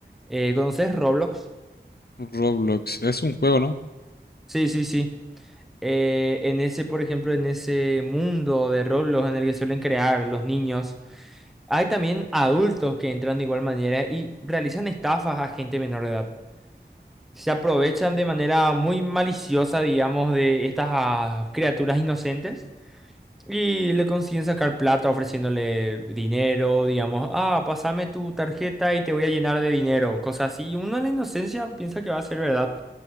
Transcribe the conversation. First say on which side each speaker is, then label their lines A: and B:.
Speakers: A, in the centre; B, on the left.
A: Eh, ¿conoces Roblox?
B: Roblox es un juego, ¿no?
A: Sí, sí, sí. eh, en ese, por ejemplo, en ese mundo de Roblox en el que suelen crear los niños, hay también adultos que entran de igual manera y realizan estafas a gente menor de edad. Se aprovechan de manera muy maliciosa, digamos, de estas ah, criaturas inocentes y le consiguen sacar plata ofreciéndole dinero, digamos, ah, pásame tu tarjeta y te voy a llenar de dinero, cosas así. Y uno en la inocencia piensa que va a ser verdad.